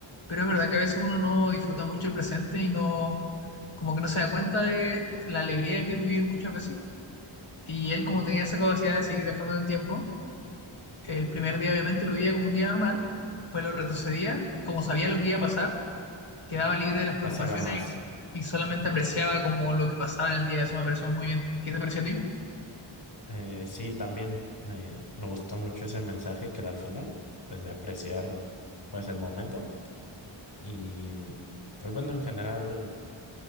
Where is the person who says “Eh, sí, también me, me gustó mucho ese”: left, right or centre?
Left